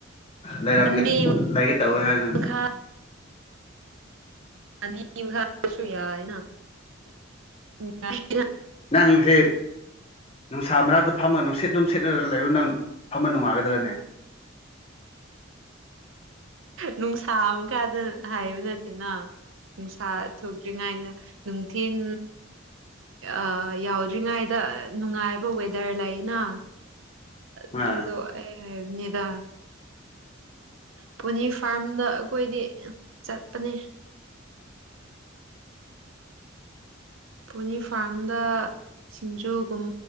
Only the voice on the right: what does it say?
ꯄꯥꯟꯕꯤ
ꯃꯈꯥ ꯑꯅꯤ ꯍꯥꯞꯄꯁꯨ ꯌꯥꯏꯅ ꯅꯨꯉꯥꯏꯅ
ꯅꯨꯡꯁꯥ ꯃꯈꯥꯗ ꯍꯥꯏꯕ ꯅꯠꯇꯦꯅ ꯅꯨꯡꯁꯥ ꯊꯣꯛꯇ꯭ꯔꯤꯉꯥꯏꯗ ꯅꯨꯡꯊꯤꯟ ꯑ ꯌꯥꯎꯗ꯭ꯔꯤꯉꯥꯏꯗ ꯅꯨꯡꯉꯥꯏꯕ ꯋꯦꯗꯔ ꯂꯩꯅ ꯑꯗꯨꯗꯣ
ꯑꯩ ꯍꯥꯏꯕꯅꯤꯗ ꯄꯨꯅꯤ ꯐꯥꯔꯝꯗ ꯑꯩꯈꯣꯏꯗꯤ ꯆꯠꯄꯅꯦ ꯄꯨꯅꯤ ꯐꯥꯝꯗ ꯁꯤꯡꯖꯨꯒꯨꯝ__